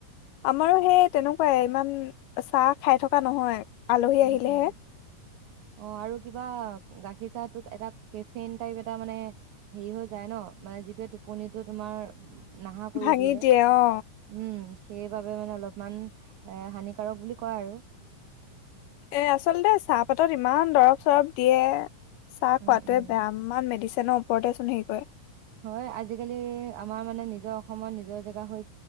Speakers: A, on the left; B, on the right.
A: আমাৰো সেই তেনেকুৱাই ইমান চাহ খাই থকা নহয়। আলহী
B: উম,
A: আহিলে
B: উম।
A: হে।
B: অ আৰু কিবা গাখীৰ চাহটোত এটা কেফেন টাইপ এটা মানে হেৰি হৈ যায় ন, মানে যিটোৱে টোপনিটো তোমাৰ, নাহা কৰি
A: ভাঙি
B: দিয়ে।
A: অ
B: উম সেইবাবে মানে অলপমান এ হানিকাৰক বুলি কয় আৰু।
A: এ আচলতে চাহপাতত ইমান দৰব চৰব দিয়ে। চাহ
B: উম
A: খোৱাতোয়ে
B: উম
A: বেয়া ইমান মেডিচন অ ওপৰতে চোন সেয়ি কয়ে।
B: হয়। আজিকালি আমাৰ মানে নিজৰ অসমত নিজৰ জেগা হৈ